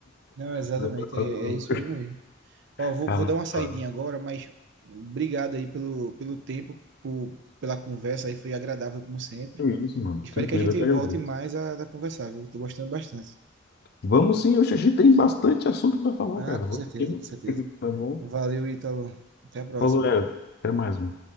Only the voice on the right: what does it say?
Não, exatamente,
é,
é isso aí mesmo. Ó, vou,
vou dar uma saidinha
agora, mas obrigado aí pelo, pelo tempo, por, pela conversa aí, foi agradável como sempre.
Espero
que a gente
volte
mais a, a conversar, viu? Tô gostando bastante.
Ah,
com
certeza,
com certeza.
Valeu, Ítalo. Até a próxima.